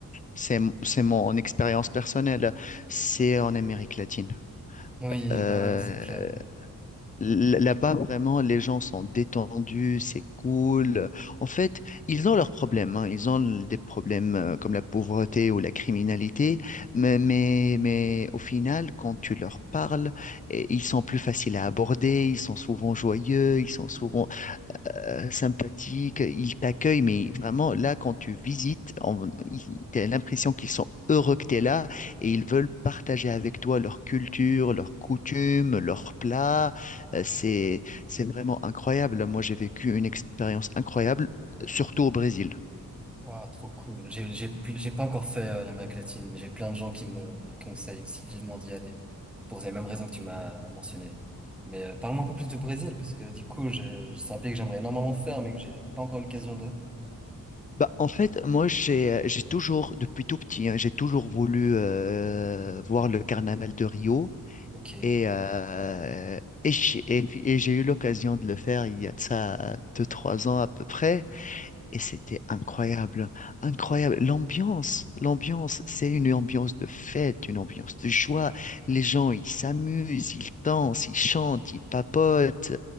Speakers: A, on the left (about 25°); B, in the centre.
A: c'est c'est mon expérience personnelle, c'est en Amérique latine.
B: Oui,
A: Euh,
B: bah ouais, c'est clair.
A: L- Là-bas, vraiment, les gens sont détendus, c'est cool. En fait, ils ont leurs problèmes, hein. Ils ont l- des problèmes euh, comme la pauvreté ou la criminalité, mais, mais, mais au final, quand tu leur parles, eh, ils sont plus faciles à aborder, ils sont souvent joyeux, ils sont souvent euh, sympathiques, ils t'accueillent, mais vraiment, là, quand tu visites, on- il- t'as l'impression qu'ils sont heureux que tu es là et ils veulent partager avec toi leur culture, leurs coutumes, leurs plats. Euh, c'est, c'est vraiment incroyable. Moi, j'ai vécu une expérience incroyable, surtout au Brésil.
B: Waouh, trop cool. J'ai, j'ai, plus- j'ai pas encore fait euh, l'Amérique latine, mais j'ai plein de gens qui me, me conseillent aussi vivement d'y aller pour les mêmes raisons que tu m'as mentionné. Mais euh, parle-moi un peu plus du Brésil parce que du coup, je- c'est un pays que j'aimerais énormément faire, mais que j'ai j'ai pas encore l'occasion de.
A: Bah, en fait, moi, j'ai, euh, j'ai toujours, depuis tout petit, hein, j'ai toujours voulu euh, voir le carnaval de Rio.
B: Ok,
A: Et, euh, et, j'ai et puis- et j'ai eu l'occasion de le faire il y a de ça deux, trois ans à peu près. Et c'était incroyable, incroyable. L'ambiance, l'ambiance, c'est une ambiance de fête, une ambiance de joie. Les gens, ils s'amusent, ils dansent, ils chantent, ils papotent.